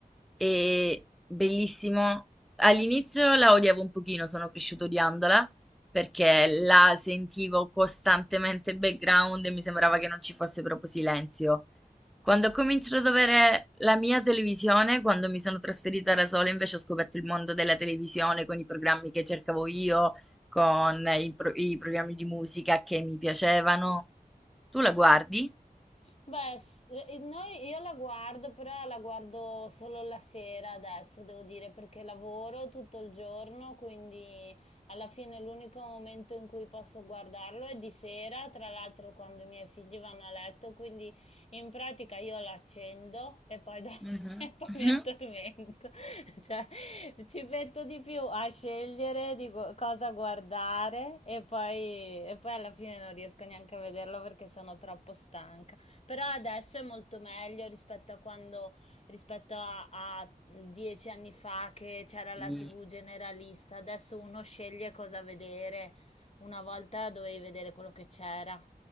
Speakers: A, in the centre; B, on the left.
A: e bellissimo. All'inizio la odiavo un pochino, sono cresciuta odiandola perché la sentivo costantemente in background e mi sembrava che non ci fosse proprio silenzio. Quando ho cominciato ad avere la mia televisione, quando mi sono trasferita da sola, invece ho scoperto il mondo della televisione con i programmi che cercavo io con i, pro- i programmi di musica che mi piacevano. Tu la guardi?
B: Beh, s- eh, noi- io la guardo, però la guardo solo la sera adesso, devo dire, perché lavoro tutto il giorno, quindi alla fine l'unico momento in cui posso guardarlo è di sera, tra l'altro quando i miei figli vanno a letto, quindi in pratica io l'accendo e poi, do-
A: Mhm.
B: <laughs> e poi
A: Mhm.
B: mi addormento. <laughs> Cioè, ci metto di più a scegliere di gu- cosa guardare e poi, e poi alla fine non riesco neanche a vederlo perché sono troppo stanca. Però adesso è molto meglio rispetto a quando, rispetto a, a dieci anni fa che c'era
A: Sì.
B: la TV generalista. Adesso uno sceglie cosa vedere. Una volta dovevi vedere quello che c'era.